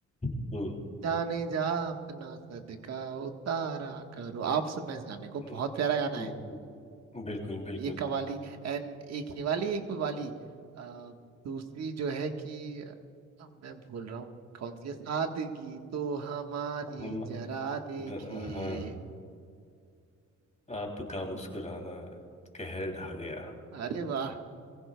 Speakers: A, on the left; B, on the right.
A: हम्म
B: जाने जा अपना सदका उतारा करो आप सुनना इस गाने को
A: हम्म,
B: बहुत प्यारा गाना
A: हम्म,
B: है
A: हम्म, बिल्कुल बिल्कुल
B: ये कवाली एंड एक ये वाली एक वो वाली अ, दूसरी जो है कि अ, मैं भूल रहा हूँ कौन सी है सादगी तो हमारी
A: हम
B: जरा देखिए
A: द, हाँ आपका मुस्कुराना कहर ढा गया
B: अरे वाह